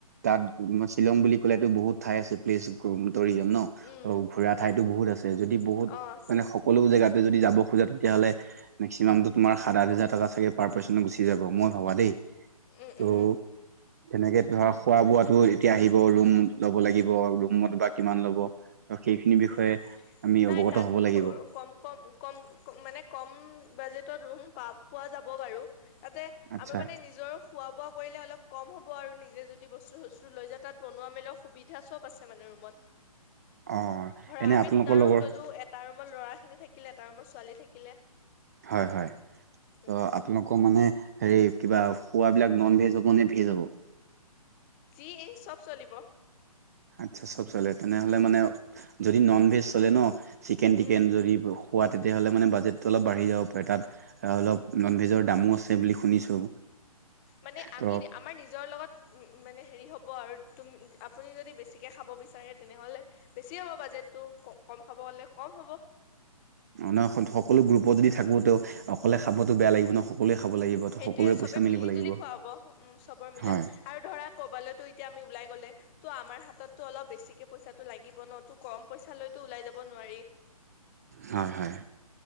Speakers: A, on the right; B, on the left.
A: তাত শ্বিলং বুলি ক'লেতো বহুত ঠাই আছে। প্লেচ খোম দৌৰি যায় ন ত'
B: উম
A: ঘুৰা
B: উম
A: ঠাইতো
B: উম
A: বহুত আছে যদি বহুত
B: অ আছে
A: মানে সকলো জেগাত- তুমি যদি যাব খোজা তেতিয়াহ'লে মেক্সিমামটো তোমাৰ সাত আঠ হাজাৰ টকা চাগে পাৰ পাৰ্চনত গুচি যাব, মই ভাবা দেই।
B: এই এপ-
A: অও - তেনেকে ধৰা খোৱা-বোৱাটো এতিয়া আহিব, ৰুম ল'ব লাগিব ৰুমত বা কিমান ল'ব? ত', সেইখিনি বিষয়ে
B: উম
A: আমি
B: নাই
A: অৱগত
B: তাত
A: হ'ব লাগিব।
B: কম কম কম মানে কম বাজেটত ৰুম পা-পোৱা যাব বাৰু, তাতে
A: আচ্ছা
B: আমি মানে নিজৰ খোৱা-বোৱা কৰিলে অলপ কম হ'ব আৰু, নিজে যদি বস্তু-চস্তু লৈ যায়, তাত বনোৱা-মেলা সুবিধা চব আছে মানে ৰুমত।
A: অ'।
B: ধৰা
A: এনে
B: আমি
A: আপোনালোকৰ
B: দুটা
A: লগৰ
B: ৰুম ল'লো, এটা ৰুমত ল'ৰাখিনি থাকিলে, এটা ৰুমত ছোৱালী থাকিলে।
A: হয় হয়, ত'
B: উম
A: তেনেকুৱা মানে হেৰি কিবা খোৱাবিলাক ননভেজ হ'ব নে ভেজ হ'ব?
B: যি ই চব চলিব।
A: আচ্ছা, চ'ব চলে তেনেহ'লে মানে যদি ননভেজ চলে ন' চিকেন টিকেন
B: উম
A: যদি খোৱা, তেতিয়াহ'লে মানে বাজেটটো অলপ বাঢ়ি যাব পাৰে, তাত অলপ নন ভেজৰ দামো আছে বুলি শুনিছোঁ
B: মানে
A: ত
B: আমি, আমাৰ নিজৰ লগত উম, মানে হেৰি হ'ব আৰু তুম আপুনি যদি বেছিকে খাব বিচাৰে, তেনেহ'লে বেছি হ'ব বাজেটটো, ক কম খাব গ'লে কম হ'ব।
A: অ' নহয় সকলো গ্ৰুপত যদি থাকো, ত' অকলে খাবতো বেয়া লাগিব ন'। সকলোৱে খাব লাগিব ত
B: সেইটোয়ে,
A: সকলোৰে
B: চবে
A: পইচা মিলিব
B: মিলি-জুলি
A: লাগিব
B: খোৱা হ'ব, উম চবৰ মিলা
A: হয়
B: আৰু ধৰা ক'ৰবালৈতো এতিয়া আমি ওলাই গ'লে, ত' আমাৰ হাততো অলপ বেছিকে পইচাটো লাগিব ন'? তো কম পইচা লৈ তো ওলাই যাব নোৱাৰি।
A: হয়, হয়।